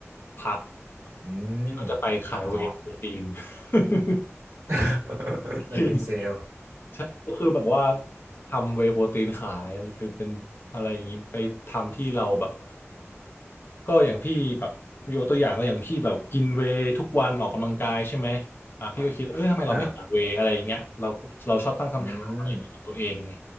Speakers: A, on the left; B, on the right.
A: พัก
B: อืม
A: พี่ก็จะไปขายเวย์โปรตีน
B: อ๋อ
A: <laughs>
B: <laughs> เหมือนเป็นเซลล์
A: จริง ใช่ก็คือแบบว่าทำเวย์โปรตีนขายเป็นเป็นอะไรอย่างนี้ไปทำที่เราแบบก็อย่างพี่แบบยกตัวอย่างก็อย่างพี่แบบกินเวย์ทุกวันออกกำลังกายใช่ไหมอ่ะพี่ก็คิดเออทำไมเราไม่ขายเวย์อะไรอย่างเงี้ยเราเราชอบตั้งคำถามอะไรอย่างเงี้ยกับตัวเองไง
B: ครับอืม